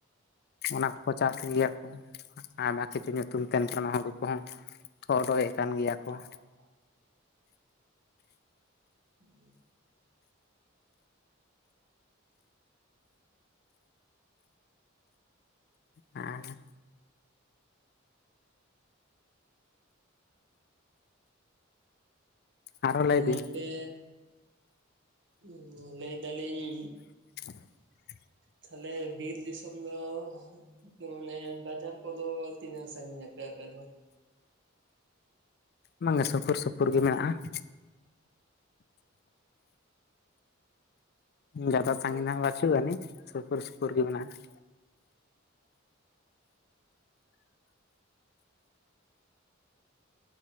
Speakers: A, on the left; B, on the right.
A: ᱚᱱᱟ ᱠᱚ ᱠᱚ ᱪᱟᱥ ᱜᱮᱭᱟ ᱠᱚ ᱟᱨ ᱠᱤᱪᱷᱩ ᱧᱩᱛᱩᱢ ᱛᱟᱦᱮᱱ ᱛᱟᱢᱟ, ᱦᱩᱲᱩ ᱠᱚᱦᱚᱸ ᱠᱚ ᱦᱳᱰᱳ ᱭᱮᱜ ᱠᱟᱱ ᱜᱮᱭᱟ, ᱠᱚ
B: ᱦᱳᱰᱳᱭᱮᱜ, <inaudible>
A: ᱦᱮᱸ ᱦᱮᱸ, ᱟᱨᱚ
B: ᱟᱫᱚ
A: ᱞᱟᱹᱭ
B: ᱜᱚᱝᱠᱮ
A: ᱵᱤᱱ
B: ᱩᱸ ᱞᱟᱹᱭ ᱮᱫᱟ ᱞᱤᱧ
A: <inaudible>
B: ᱛᱟᱦᱮᱞᱮ ᱵᱤᱨ ᱫᱤᱥᱚᱢ ᱫᱚᱻᱦ ᱤᱭᱟᱹ ᱢᱟᱱᱮ ᱵᱟᱡᱟᱨ ᱠᱚᱫᱚ ᱛᱤᱱᱟᱹᱜ ᱥᱟᱺᱜᱤᱧ ᱟᱯᱮ ᱟᱯᱮ ᱫᱚ?
A: ᱵᱟᱝ ᱜᱮ ᱥᱩᱯᱩᱨ ᱥᱩᱯᱩᱨ ᱜᱮ ᱢᱮᱱᱟᱜ-ᱟ ᱾ ᱡᱟᱫᱟ ᱥᱟᱺᱜᱤᱧ
B: ᱦᱩᱸ
A: ᱫᱚ ᱱᱷᱟᱸᱜ ᱵᱟᱹᱪᱩᱜ ᱟᱹᱱᱤᱡ ᱥᱩᱯᱩᱨ ᱥᱩᱯᱩᱨ ᱜᱮ ᱢᱮᱱᱟᱜ-ᱟ ᱾